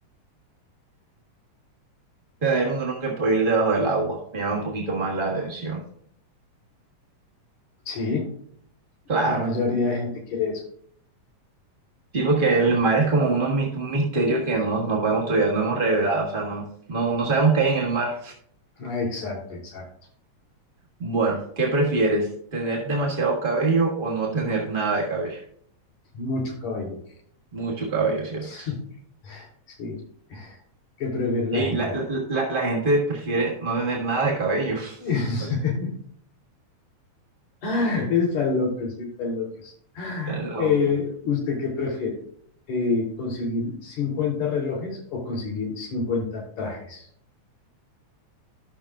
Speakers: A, on the right (about 30°); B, on the left (about 70°).
A: Tener un dron que puede ir debajo del agua me llama un poquito más la atención.
B: Sí,
A: Claro.
B: la mayoría de gente quiere eso.
A: Sí, porque el mar es como uno mi- un misterio que no, no podemos todavía, no hemos revelado, o sea, no, no, no sabemos qué hay en el mar.
B: Ah, Exacto, exacto.
A: Bueno, ¿qué prefieres? ¿Tener demasiado cabello o no tener nada de cabello?
B: Mucho cabello.
A: Mucho cabello, ¿cierto?
B: <laughs> Sí, ¿qué prefiere la
A: Ey,
B: gente?
A: la, la, la- la gente prefiere no tener nada de cabello. <laughs>
B: <laughs>
A: Bueno,
B: <laughs> Están locos, están locos.
A: está loco.
B: Eh, ¿usted qué prefiere? Eh, ¿conseguir 50 relojes o conseguir 50 trajes?